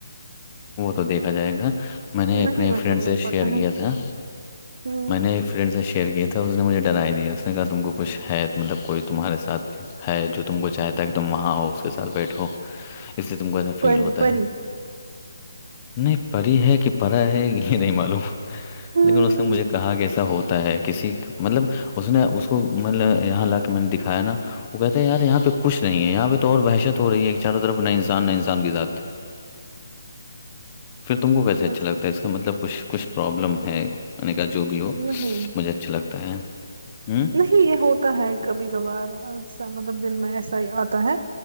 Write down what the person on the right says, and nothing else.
نہیں
بیٹھو
گے
پتا
ہم
ہوں
پری
پری
ہوں
<unintelligible>
سچ
نہیں
نہیں یہ ہوتا ہے کبھی کبھارا مطلب دل میں ایسا ہی آتا ہے